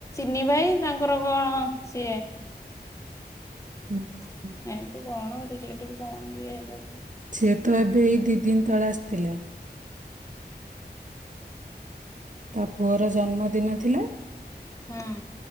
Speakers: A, on the left (about 15°); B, on the right (about 45°).
A: ନି ଭାଇ ତାଙ୍କର କଣ ସିଏ
B: ହୁଁ
A: <unintelligible>
B: ହୁଁ।
A: କଣ ପିଲାଟିକୁ କଣ କିଏ ହେବା
B: ସିଏ ତ ଏବେ ଏଇ ଦି ଦିନ ତଳେ ଆସିଥିଲା। ତା ପୁଅର ଜନ୍ମଦିନ ଥିଲା।
A: ହଁ।